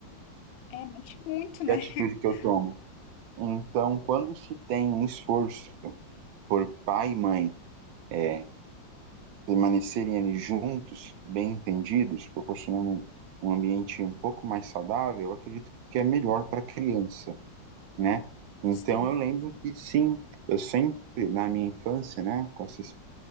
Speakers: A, on the left; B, on the right.
A: é mexe muito,
B: Que
A: né?
B: atitude
A: <laughs>
B: que eu tomo? Então, quando se tem um esforço por pai e mãe é, permanecerem ali juntos, bem entendidos, proporcionando um ambiente um pouco mais saudável, eu acredito que é melhor para a criança, né? Então
A: Sim,
B: eu lembro que sim, eu sempre na minha infância, né, com essas,